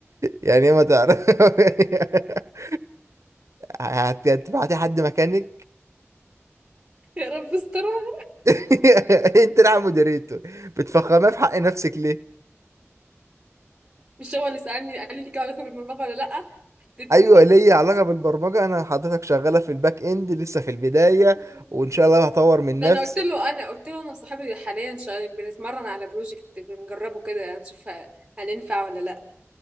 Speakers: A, on the right; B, on the right.
A: يعني ما تعرف <laughs> هت- هتبعتي حد مكانك
B: يا رب استرها
A: <laughs> انت راح مودريتور بتفخمها في حق نفسك ليه
B: مش هو اللي سألني قال لي ليك علاقة بالبرمجة ولا لأ اديت
A: ايوه
B: له
A: ليا علاقه بالبرمجه انا حضرتك شغاله في الباك اند لسه في البدايه
B: بقى
A: وان شاء الله هطور من
B: ده
A: نفسي
B: انا قلت له انا قلت له انا صاحبي حاليا شغال بنتمرن على بروجكت بنجربه كده يعني نشوف ه- هننفع ولا لا